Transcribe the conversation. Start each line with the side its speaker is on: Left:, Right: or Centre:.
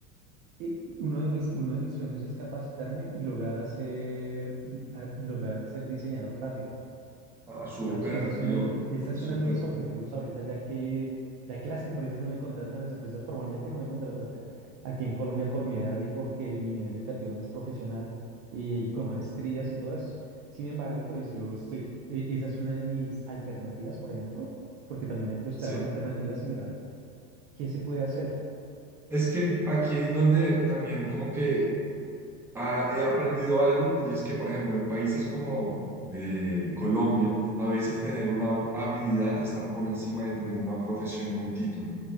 Right: eh, uno de mis, uno de mis sueños es capacitarme y lograr hacer, di- a- lograr ser diseñador gráfico.
Centre: Ah, súper,
Right: Digamos que esa es una
Centre: y lo
Right: de mis, esa es
Centre: súper.
Right: una de mis objetivos ahorita, ya que, ya que las empresas no me contratan, las empresas formalmente no me contratan aquí en Colombia por mi edad y porque mi nivel educativo no es profesional y con maestrías y todo eso. Sin embargo, pues yo estoy, e- esa es una de mis alternativas, por ejemplo, porque también hay que buscar
Centre: Sí.
Right: alternativas y mirar qué se puede hacer.
Centre: Es que aquí es donde también como que ha- he aprendido algo y es que, por ejemplo, en países como eh, Colombia, a veces tener una habilidad está por encima de tener una profesión y un título.